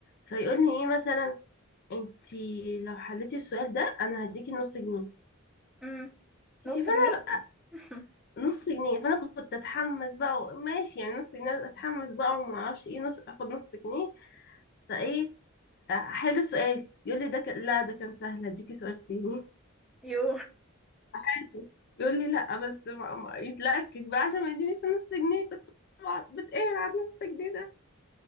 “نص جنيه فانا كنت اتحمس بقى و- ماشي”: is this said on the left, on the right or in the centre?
Left